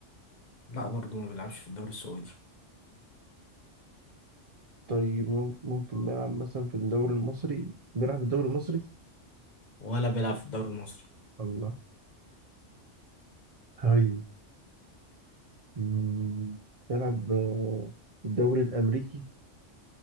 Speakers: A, on the left (about 40°); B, on the right (about 40°).
A: لا برضه ما بيلعبش في الدوري السعودي
B: طيب مم- ممكن نلعب مثلا في الدوري المصري بيلعب في الدوري المصري
A: ولا بيلعب في الدوري المصري
B: الله هاي مم، بيلعب آه، في الدوري الأمريكي